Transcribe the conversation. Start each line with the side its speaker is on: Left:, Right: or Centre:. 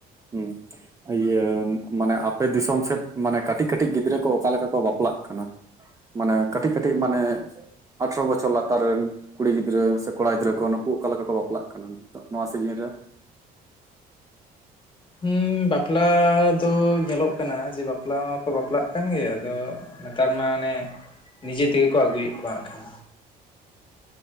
Right: ᱦᱩᱸ᱾ ᱤᱭᱟᱹ ᱢᱟᱱᱮ ᱟᱯᱮ ᱫᱤᱥᱚᱢ ᱥᱮᱫ ᱢᱟᱱᱮ ᱠᱟᱹᱴᱤᱡ ᱠᱟᱹᱴᱤᱡ ᱜᱤᱫᱽᱨᱟᱹ ᱠᱚ ᱚᱠᱟ ᱞᱮᱠᱟ ᱠᱚ ᱵᱟᱯᱞᱟᱜ ᱠᱟᱱᱟ? ᱢᱟᱱᱮ ᱠᱟᱹᱴᱤᱡ ᱠᱟᱹᱴᱤᱡ ᱢᱟᱱᱮ ᱟᱴᱷᱨᱚ ᱵᱚᱪᱷᱚᱨ ᱞᱟᱛᱟᱨ ᱨᱮᱱ ᱠᱩᱲᱤ ᱜᱤᱫᱽᱨᱟᱹ ᱥᱮ ᱠᱚᱲᱟ ᱜᱤᱫᱽᱨᱟᱹ ᱠᱚ ᱱᱩᱠᱩ ᱚᱠᱟ ᱞᱮᱠᱟ ᱠᱚ ᱵᱟᱯᱞᱟᱜ ᱠᱟᱱᱟ? ᱱᱤᱛᱚᱜ ᱱᱚᱣᱟ ᱥᱤᱡᱤᱱ ᱨᱮ?
Left: ᱦᱩᱸ ᱵᱟᱯᱞᱟ ᱫᱚ ᱧᱮᱞᱚᱜ ᱠᱟᱱᱟ ᱡᱮ ᱵᱟᱯᱞᱟ ᱠᱚ ᱵᱟᱯᱞᱟᱜ ᱠᱟᱱ ᱜᱮᱭᱟ᱾ ᱟᱫᱚ ᱱᱮᱛᱟᱨ ᱢᱟ ᱚᱱᱮ ᱱᱤᱡᱮ ᱛᱮᱜᱮ ᱠᱚ ᱟᱹᱜᱩᱭᱮᱫ ᱠᱚᱣᱟ ᱦᱟᱸᱜ ᱠᱷᱟᱱ᱾